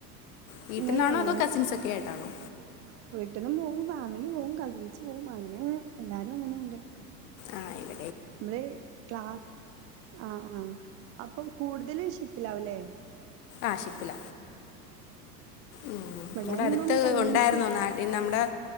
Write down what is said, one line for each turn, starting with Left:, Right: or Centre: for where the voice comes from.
Left: വീട്ടിന്നാണോ
Right: നിങ്ങള് പോവലില്ലേ
Left: അതോ കസിൻസ് ഒക്കെ ആയിട്ടാണോ?
Right: പെറ്റന്നും പോവും, ഫാമിലി പോവും, കസിൻസും പോവും, അങ്ങനെ എല്ലാരും അങ്ങനെണ്ട്.
Left: ആഹ ഇല്ല
Right: മ്മള് ക്ലാ ആ അപ്പം കൂടുതല് ഷിപ്പിൽ ആവുംല്ലേ
Left: ആ ഷിപ്പില. ഉം
Right: ഇവിടരുമ്പം
Left: ഇവിടെ അടുത്ത്
Right: കസിൻസ്
Left: ഉണ്ടായിരുന്നു നാട്ടി നമ്മുടെ